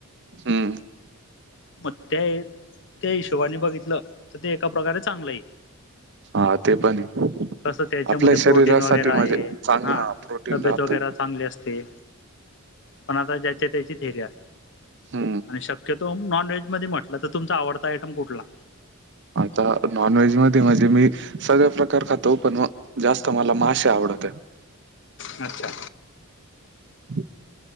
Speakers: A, on the right; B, on the left.
A: हम्म
B: मग त्या त्या हिशोबाने बघितलं तर ते एका प्रकारे चांगलं आहेत.
A: हा ते पण आहे
B: कसं त्याच्यामध्ये
A: आपल्या शरीरासाठी
B: प्रोटीन वगैरे आहे
A: म्हणजे चांगलं
B: हा
A: प्रोटीन
B: तब्येत
A: राहतं
B: वगैरा चांगली अस ते पण आता ज्याच्या त्याची थेरी असते
A: हा
B: आणि शक्यतो नॉन व्हेज मध्ये म्हटलं तर तुमचा आवडता आयटम कुठला?
A: आता नॉन व्हेज मध्ये म्हणजे मी सगळं प्रकार खातो पण जास्त मला माशे आवडत्या
B: अच्छा
A: हम